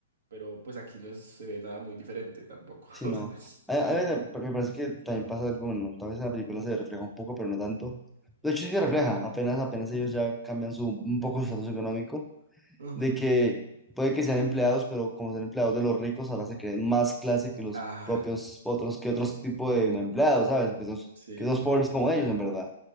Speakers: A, on the right; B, in the centre.
A: pero pues aquí no es- se ve nada muy diferente tampoco.
B: Sí,
A: <laughs>
B: no. A, a
A: Es
B: ver,
A: lo mismo.
B: me parece que también pasa algo, bueno, tal vez en la película se refleja un poco, pero no tanto. De hecho, sí se refleja, apenas, apenas ellos ya cambian su, un poco su estatus económico,
A: Ajá.
B: de que puede que sean empleados, pero como son empleados de los ricos, ahora se creen más clase que los
A: Ah,
B: propios otros, que otros tipo de empleados, ¿sabes? Que esos,
A: sí,
B: que esos pobres como ellos, en verdad.